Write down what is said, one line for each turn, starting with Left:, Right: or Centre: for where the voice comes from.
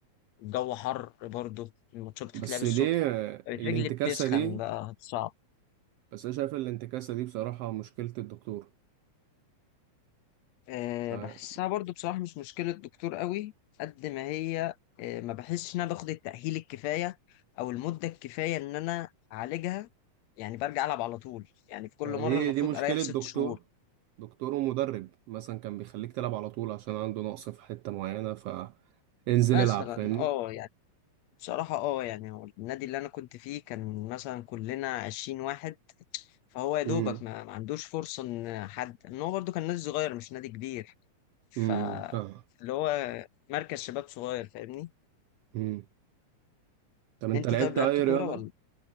Left: الجو حر برضه الماتشات بتتلعب
Right: بس
Left: الصبح
Right: ليه آه،
Left: الرجل
Right: الانتكاسة
Left: بتسخن
Right: دي
Left: بقى صعب
Right: بس انا شايف الانتكاسة دي بصراحة مشكلة الدكتور
Left: أه
Right: مش عارف
Left: بحسها برضه بصراحة مش مشكلة دكتور قوي قد ما هي أه ما بحسش إن أنا باخد التأهيل الكفاية أو المدة الكفاية إن أنا أعالجها يعني برجع ألعب على طول يعني في كل
Right: ما
Left: مرة
Right: دي
Left: المفروض
Right: دي مشكلة
Left: أريح ست
Right: دكتور
Left: شهور
Right: دكتور ومدرب مثلا كان بيخليك تلعب على طول عشان عنده نقص في حتة معينة فانزل
Left: مثلا
Right: العب فاهمني
Left: اه يعني بصراحة اه يعني هو النادي اللي أنا كنت فيه كان مثلا كلنا عشرين واحد فهو يا دوبك
Right: امم
Left: ما, ما عندوش فرصة إن حد إن هو برضه كان نادي صغير مش نادي كبير ف
Right: امم فاهم
Left: اللي هو مركز شباب صغير فاهمني
Right: امم طب انت
Left: انت
Right: لعبت
Left: طيب لعبت
Right: اي
Left: كورة
Right: رياضة
Left: ولا